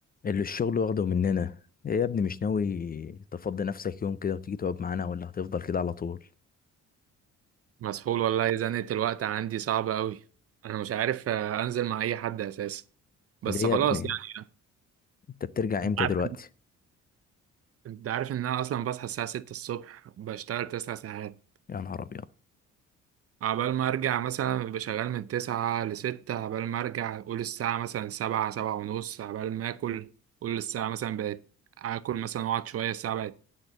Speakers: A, on the left; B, on the right.
A: اللي الشغل واخده مننا ايه يا ابني مش ناوي تفضي نفسك يوم كده وتيجي تقعد معانا ولا هتفضل كده على طول
B: مسحول والله زنقة الوقت عندي صعبة قوي انا مش عارف آه، انزل مع اي حد اساسا بس
A: اللي هي
B: خلاص
A: يا ابني
B: يعني
A: انت بترجع
B: انت
A: امتى
B: عارف
A: دلوقتي
B: انت عارف ان انا اصلا بصحى الساعة 6 الصبح بشتغل 9 ساعات
A: يا نهار ابيض
B: عبال ما ارجع مثلا ببقى شغال من 9 ل 6 عبال ما ارجع قول الساعة مثلا 7 7 ونص عبال ما اكل قول الساعة مثلا بقت اكل مثلا واقعد شوية الساعة بقت